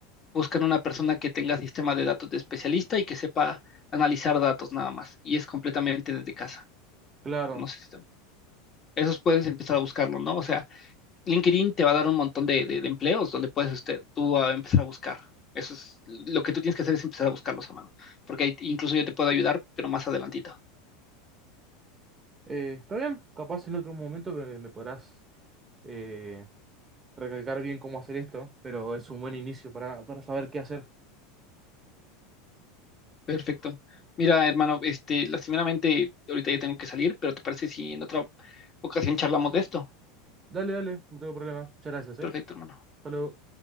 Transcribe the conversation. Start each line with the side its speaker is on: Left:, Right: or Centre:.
Left: buscan una persona que tenga sistema de datos de especialista y que sepa analizar datos nada más, y es completamente desde casa.
Right: Claro.
Left: No sé si te- esos puedes empezar a buscarlo, ¿no? O sea, LinkedIn te va a dar un montón de, de- de empleos donde puedes usted, tú a empezar a buscar. Eso es lo que tú tienes que hacer es empezar a buscarlos, hermano, porque ahí incluso yo te puedo ayudar, pero más adelantito.
Right: Eh, está bien, capaz en otro momento me, me podrás... eh, recalcar bien cómo hacer esto, pero es un buen inicio para, para saber qué hacer.
Left: Perfecto. Mira, hermano, este, lastimeramente, ahorita ya tengo que salir, pero ¿te parece si en otra ocasión charlamos de esto?
Right: Dale, dale, no tengo problema. Muchas gracias,
Left: Perfecto,
Right: ¿eh?
Left: hermano.
Right: Hasta luego.